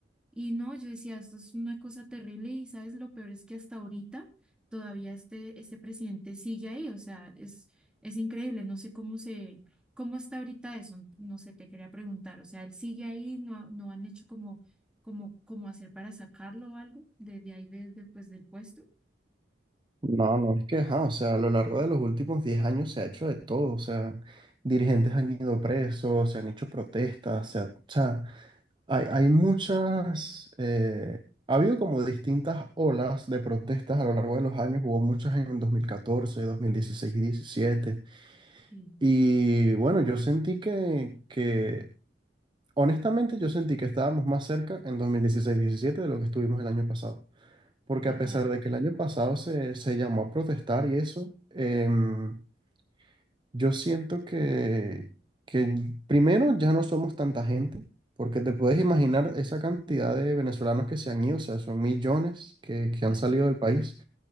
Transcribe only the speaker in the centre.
Y no, yo decía, esto es una cosa terrible y sabes, lo peor es que hasta ahorita todavía este, este presidente sigue ahí, o sea, es, es increíble, no sé cómo se, cómo está ahorita eso, no sé, te quería preguntar, o sea, él sigue ahí, no, no han hecho como, como, como hacer para sacarlo o algo desde ahí, desde pues, del puesto.
Sí,
total,
Sí.